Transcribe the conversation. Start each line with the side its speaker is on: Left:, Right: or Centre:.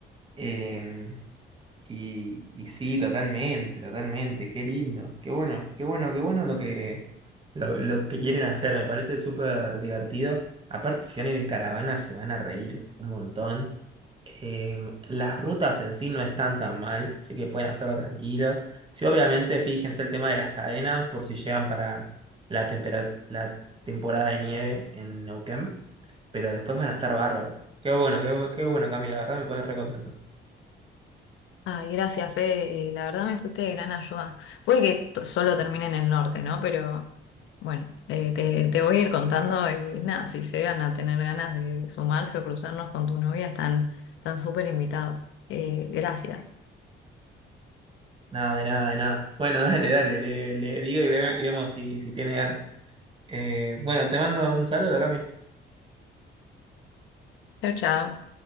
Right: Eh, Y, y sí, totalmente, totalmente, qué lindo, qué bueno, qué bueno, qué bueno lo que, lo, lo que quieren hacer, me parece súper divertido. Aparte, si van a ir en caravana, se van a reír un montón. Eh, las rutas en sí no están tan mal, así que pueden hacerlo tranquilos. Sí, obviamente, fíjense el tema de las cadenas por si llegan para la, tempera- la temporada de nieve en Neuquén, pero después van a estar bárbaros. Qué bueno, qué, bu- qué bueno, Camila, la verdad me pone re contento.
Left: Ay, gracias, Fede. eh, la verdad me fuiste de gran ayuda. Puede que to- solo termine en el norte, ¿no? Pero bueno, eh, te, te voy a ir contando y nada, si llegan a tener ganas de sumarse o cruzarnos con tu novia, están, están súper invitados. Eh, gracias.
Right: Nada, de nada, de nada. Bueno, <laughs> dale, dale, le, le digo y, ve- y vemos si, si tiene ganas. Eh, bueno, te mando un saludo, Cami.
Left: Chao, chao.